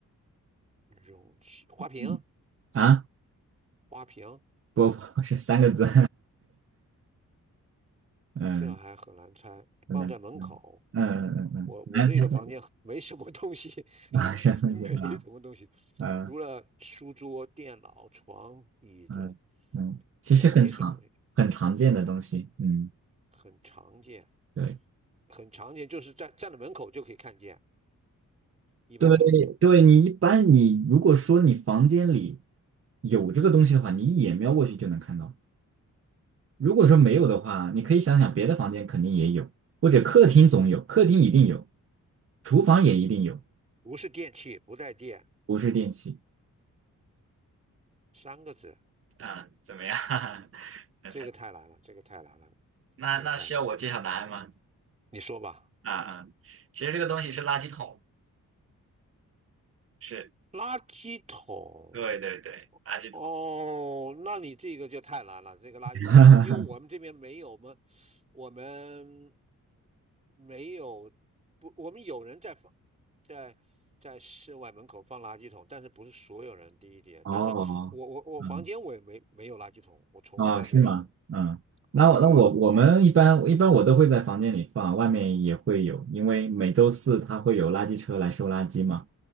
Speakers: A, on the right (about 20°); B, on the right (about 45°).
A: 容器、花瓶、
B: 嗯啊。
A: 花瓶，
B: 波波是三个字，<laughs> 嗯，
A: 这还很难猜，
B: 真嗯嗯嗯嗯嗯，
A: 放在门口。我我这个房间
B: 南方
A: <laughs> 没什么东西，
B: 啊，
A: <laughs>
B: 山东鸡啊，
A: 没什么东西，
B: 嗯
A: 除了书桌、电脑、床、椅子，
B: 嗯嗯，其实很常很常见的东西，
A: 这没什么，
B: 嗯，
A: 很常见。
B: 对
A: 很常见，就是在站在门口就可以看见。一般来说，
B: 对对，你一般你如果说你房间里有这个东西的话，你一眼瞄过去就能看到。如果说没有的话，你可以想想别的房间肯定也有，或者客厅总有，客厅一定有，厨房也一定有，
A: 不是电器，不带电，
B: 不是电器。
A: 三个字，
B: 啊，怎么样？<laughs>
A: 这个太难了，这个太难了，
B: 那那需要我揭晓答案吗？
A: 这个太难了。你说吧，
B: 啊啊，其实这个东西是垃圾桶，是，
A: 垃圾桶。
B: 对对对，垃圾桶。
A: 哦，那你这个就太难了，这个垃圾桶，
B: <laughs>
A: 因为我们这边没有，我们我们没有不，我们有人在放在在室外门口放垃圾桶，但是不是所有人，第一点，
B: 哦，
A: 但是我我我房间我也没没有垃圾桶，
B: 嗯，
A: 我从来没有，
B: 啊，是吗？嗯，那我那我我们一般一般我都会在房间里放，
A: 对，
B: 外面也会有，因为每周四它会有垃圾车来收垃圾嘛。